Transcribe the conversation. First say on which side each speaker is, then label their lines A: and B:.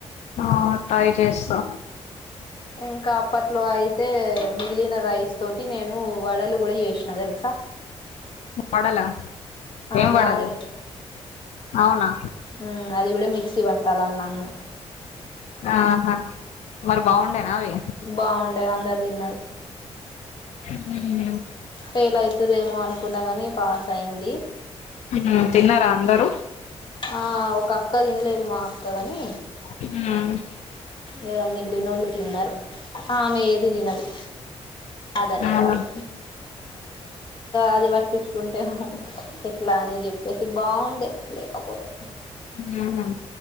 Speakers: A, on the left; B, on the left.
A: ఆ ట్రై చేస్తా
B: ఇంకా అప్పట్లో అయితే మిగిలిన రైస్ తోటి నేను వడలు కూడా చేసిన తెలుసా
A: వడల
B: ఆ
A: ఏం వడలు
B: గారెలు
A: అవునా
B: ఉమ్, అది కూడ మిక్సీ పట్టాల అన్నాం ని
A: ఆహా మరి బాగుండేనా అవి
B: బాగుండేది అందరు తిన్నారు
A: మ్మ్
B: ఫెయిల్ అయితాది ఏమో అనుకున్నా కాని పాస్ అయింది
A: ఉమ్, తిన్నారా అందరూ
B: ఆ ఒక అక్క తినలేదు మా అక్క గాని
A: ఉనా
B: ఇంగా మిగిలిన్నోళ్ళు తిన్నారు ఆమె ఏది తినదు ఆధన్యవాదాలు
A: ఆహా
B: అది పట్టించుకుంటే ఎట్లా అని చెప్పేసి బాగుండే లేకపోతే
A: ఉహు